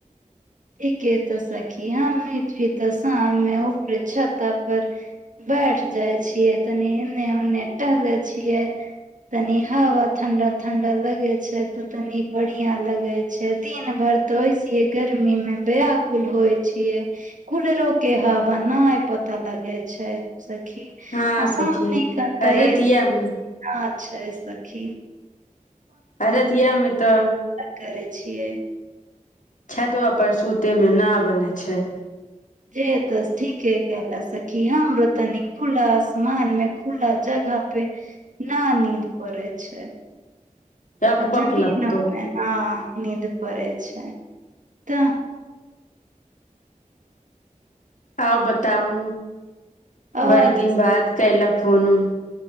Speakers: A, on the right; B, on the left.
A: ठीके के तऽ सखी <unintelligible> पर छाता पर बैठ जाइ छियै तनी एने ओने टहले छियै तनि हवा ठंडा ठंडा लगे छै तऽ तनी बढ़िया लगे छै दिन भर तोइस गर्मी मे व्याकुल होइ छिये कूलरो के हवा नय पता लगे छै सखी
B: हँ
A: अ
B: सखी
A: हमनी
B: आ
A: के तऽ ए
B: रतियामे
A: सी उ सी ना छय सखी
B: रातिया में तऽ
A: करै छियै
B: छतआ पर सूते मे ना बनै छै
A: जे तऽ ठीके क सखी हमरो तनी खुला आसमान मे खुला जगह पे ना नीद पड़ेै छै
B: अकबक
A: जमीनै
B: लगतौ
A: मे ह नीद पड़े छै तऽ
B: आउ बताउ
A: और
B: बड़ी दिन बाद केल फोन उन